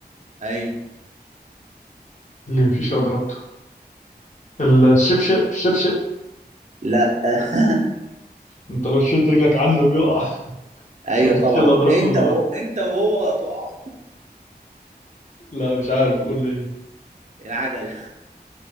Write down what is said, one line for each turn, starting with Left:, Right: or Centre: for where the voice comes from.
Right: ايوه
Left: اللي ما بيمشيش لو ضربته الشبشب الشبشب
Right: لا <laughs>
Left: انت لو شلت رجلك عنه بيقع
Right: ايوه
Left: مفيش
Right: طبعا
Left: الا ضربته
Right: انت
Left: بالارض
Right: و... انت وهو هتقع
Left: لا مش عارف قول لي ايه
Right: العجله